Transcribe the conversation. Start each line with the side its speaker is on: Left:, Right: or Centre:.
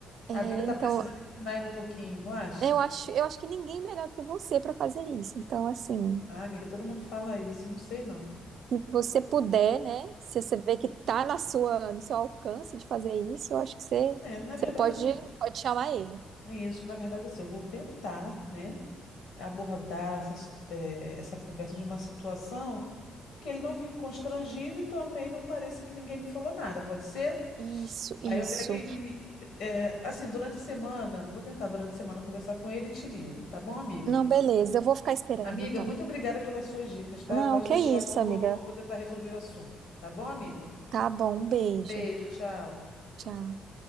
Right: É,
Left: A
Right: então,
Left: vida tá precisando ensinar ele um pouquinho, não acha?
Right: Eu acho, eu acho que ninguém é melhor do que você para fazer isso. Então, assim,
Left: Ah, amiga, todo mundo fala isso, não sei não.
Right: se você puder, né? Se você vê que tá na sua, no seu alcance de fazer isso, eu acho que você,
Left: É, na verdade,
Right: você pode,
Left: assim.
Right: pode chamar ele.
Left: Isso, na verdade, assim, eu vou tentar, né, abordar essa, s- eh, essa conversa de uma situação que ele não fique constrangido e também não pareça que ninguém me falou nada, pode ser?
Right: Isso, isso.
Left: Aí eu pego e, eh, assim, durante a semana, vou tentar durante a semana conversar com ele e te ligo, tá bom, amiga?
Right: Não, beleza, eu vou ficar esperando
Left: Amiga,
Right: então.
Left: muito obrigada pelas suas dicas, tá?
Right: Não,
Left: Pode
Right: que
Left: deixar
Right: isso,
Left: que eu vou,
Right: amiga.
Left: vou tentar resolver o assunto, tá bom, amiga?
Right: Tá bom, um beijo.
Left: Beijo, tchau.
Right: Tchau.